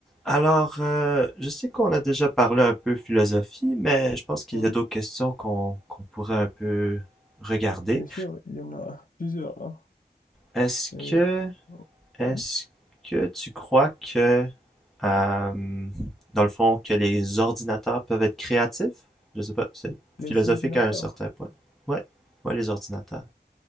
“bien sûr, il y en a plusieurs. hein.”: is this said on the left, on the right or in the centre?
Left